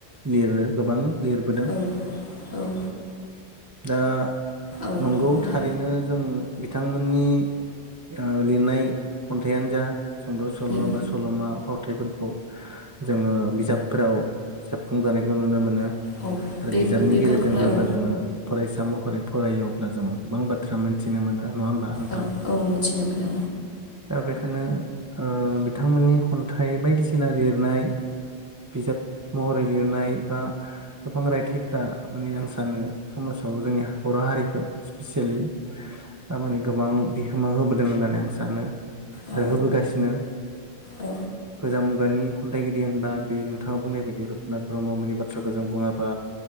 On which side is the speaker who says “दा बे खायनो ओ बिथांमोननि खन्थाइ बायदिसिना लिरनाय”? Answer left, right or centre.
Right